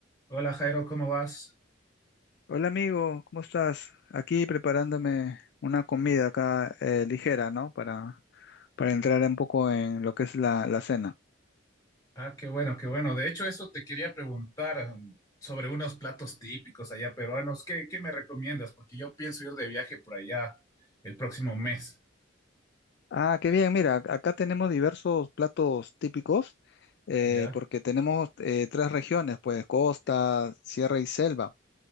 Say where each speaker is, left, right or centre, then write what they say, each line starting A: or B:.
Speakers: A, on the left; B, on the left.
A: Hola Jairo, ¿cómo vas?
B: Hola amigo, ¿cómo estás? Aquí preparándome una comida acá eh, ligera, ¿no? Para, para entrar un poco en lo que es la, la cena.
A: Ah, qué bueno, qué bueno. De hecho, eso te quería preguntar um, sobre unos platos típicos allá peruanos. ¿Qué, qué me recomiendas? Porque yo pienso ir de viaje por allá el próximo mes.
B: Ah, qué bien, mira, acá tenemos diversos platos típicos eh,
A: ¿Ya?
B: porque tenemos eh, tres regiones, pues costa, sierra y selva.